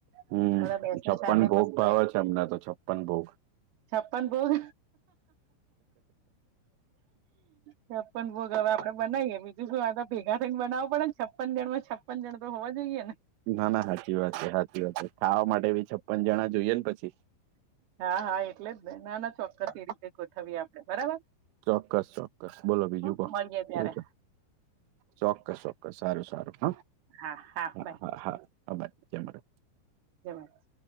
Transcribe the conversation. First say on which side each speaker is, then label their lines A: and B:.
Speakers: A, on the right; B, on the right.
A: હમ
B: બધા બેસીને
A: છપ્પન
B: સાથે
A: ભોગ
B: મસ્ત
A: ભાવે છે અમને તો છપ્પન ભોગ.
B: છપ્પન ગોગ. ચપ્પન બો હવે આપડે બનાવીએ બીજું શું વા- ભેગા થઈને બનાવો પડે છપ્પન જણ માં છપ્પન જણ તો હોવા જોઈએ ને.
A: ના ના સાચી વાત છે સાચી વાત છે ખાવા માટે બી છપ્પન જણા જોઈએ ને પછી.
B: હા હા એટલે જ ના ના ચોક્કસ એ રીતે ગોઠવીએ આપડણે બરાબર.
A: ચોક્કસ ચોક્કસ બોલો બીજું
B: હ
A: કો
B: મળીએ ત્યારે
A: શું છે? ચોક્કસ ચોક્કસ સારું સારું
B: હ
A: હા,
B: હા
A: હા
B: બાય
A: હા હા હા ભાઈ જ.
B: જવાર.